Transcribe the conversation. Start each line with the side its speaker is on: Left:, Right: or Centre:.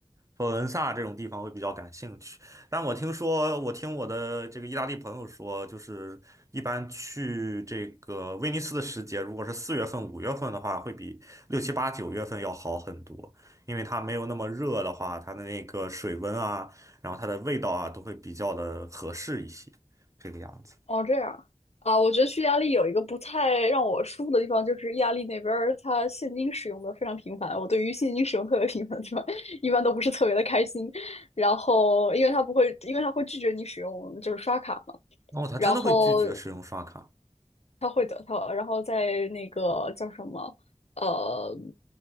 Right: 佛罗伦萨这种地方会比较感兴趣。但我听说，我听我的这个意大利朋友说，就是一般去这个威尼斯的时节，如果是四月份、五月份的话，会比六七八九月份要好很多，因为它没有那么热的话，它的那个水温啊，然后它的味道啊，都会比较的合适一些，这个样子。
Left: 哦这样啊，我觉得去意大利有一个不太让我舒服的地方，就是意大利那边儿它现金使用的非常频繁。我对于现金使用特别频繁的地方，<laughs> 一般都不是特别的开心。然后，因为它不会，因为它会拒绝你使用就是刷卡嘛。
Right: 哦，他真的会拒绝使用刷卡
Left: 然后他会得他然后在那个叫什么，呃，